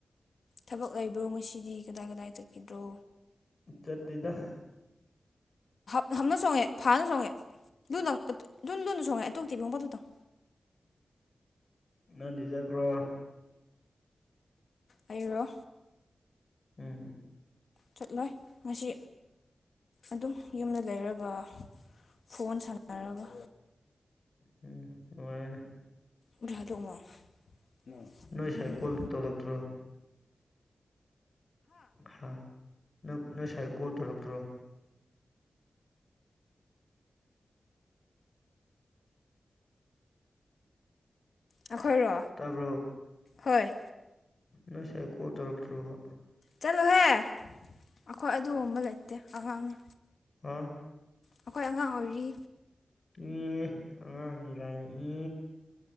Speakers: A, on the left; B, on the left.
A: ꯊꯕꯛ ꯂꯩꯕ꯭ꯔꯣ ꯉꯁꯤꯗꯤ ꯀꯗꯥꯏ ꯀꯗꯥꯏ ꯆꯠꯈꯤꯗ꯭ꯔꯣ
B: ꯎ ꯆꯇꯤꯗ
A: ꯞ ꯍꯝꯅ ꯆꯣꯡꯉꯦ ꯐꯥꯅ ꯆꯣꯡꯉꯦ ꯂꯨ ꯂꯨ ꯂꯨꯅ ꯆꯣꯡꯉꯦ ꯑꯇꯣꯛꯇꯤꯕꯤꯣꯡꯕꯗꯨꯇꯪ
B: ꯅꯪ ꯗꯤꯖꯔꯕ꯭ꯔꯣ
A: ꯑꯔꯣ
B: ꯎꯝ
A: ꯆꯠꯂꯣꯏ ꯉꯁꯤ ꯑꯗꯨꯝ ꯌꯨꯝꯗ ꯂꯩꯔꯒ ꯐꯣꯟ ꯁꯥꯟꯅꯔꯒ
B: ꯎꯝ ꯃꯔ
A: ꯎꯂꯥ ꯗꯉ ꯎꯝ
B: ꯅꯣꯏ ꯁꯥꯏ
A: ꯎꯝ ꯎꯝ
B: ꯀꯣꯜ ꯇꯧꯔꯛꯇ꯭ꯔꯣ ꯍꯥ ꯅꯪ ꯅꯪꯁꯥꯏ ꯀꯣꯜ ꯇꯧꯔꯛꯇ꯭ꯔꯣ
A: <inaudible> ꯑꯩꯈꯣꯏ ꯔꯣ
B: ꯇꯕ꯭ꯔꯣ
A: ꯍꯣꯏ
B: ꯅ ꯁꯔꯦ ꯀꯣ ꯇꯔꯛꯇ ꯇꯔꯕ
A: ꯆꯠꯂꯣꯍꯦ ꯑꯩꯈꯣꯏ ꯑꯗꯨꯕ ꯂꯩꯇꯦ ꯑꯉꯥꯡꯅꯦ
B: ꯑꯥ
A: ꯑꯩꯈꯣꯏ ꯑꯉꯥꯡ ꯑꯣꯏꯔꯤ
B: ꯎꯝ ꯑꯉꯥꯡꯅꯤ ꯀꯥꯏꯅꯤ ꯎ